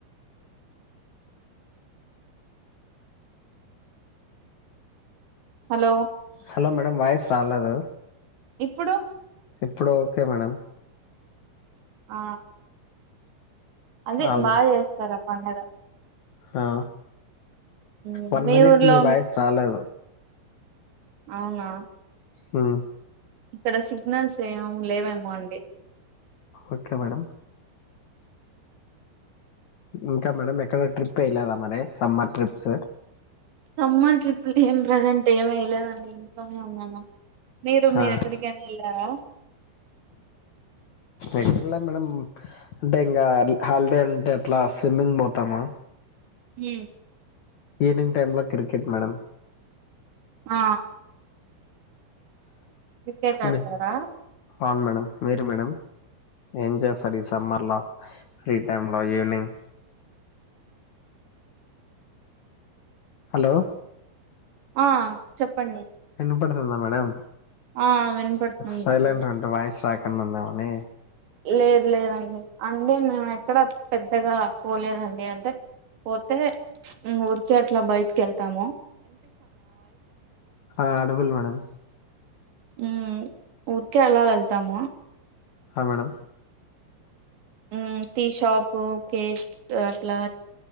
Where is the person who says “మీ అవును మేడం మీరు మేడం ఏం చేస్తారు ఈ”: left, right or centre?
Left